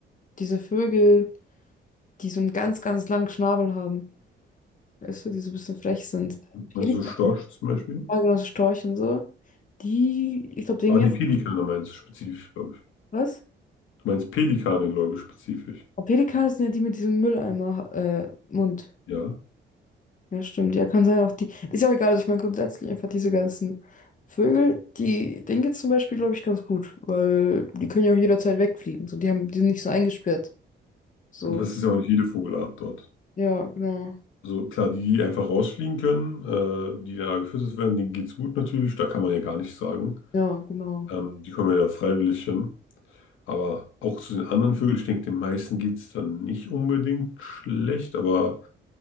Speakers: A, on the left; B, on the left.
A: diese Vögel, die so einen ganz, ganz langen Schnabel haben, weißt du, die so ein bisschen frech sind.
B: also
A: Pelikan,
B: so Storch zum Beispiel.
A: ja, genau, so Storche und so. Die, ich glaube, denen
B: Aber
A: jetzt,
B: nee, Pelikane meinst du spezifisch, glaube ich.
A: was?
B: Du meinst Pelikane, glaube ich, spezifisch.
A: Aber Pelikane sind ja die mit diesem Mülleimer, äh, Mund.
B: Ja.
A: Ja, stimmt. Ja, kann sein. Auch die. Ist ja auch egal. Also ich meine grundsätzlich einfach diese ganzen Vögel, die, denen geht's zum Beispiel, glaube ich, ganz gut. Weil die können ja auch jederzeit wegfliegen. So, die haben, die sind nicht so eingesperrt. So.
B: Aber das ist ja auch nicht jede Vogelart dort.
A: Ja, genau.
B: Also klar, die, die einfach rausfliegen können, äh, die da gefüttert werden, denen geht's gut natürlich. Da kann man ja gar nichts sagen.
A: Ja, genau.
B: Ähm, die kommen ja da freiwillig hin. Aber auch zu den anderen Vögeln, ich denke, den meisten geht's dann nicht unbedingt schlecht. Aber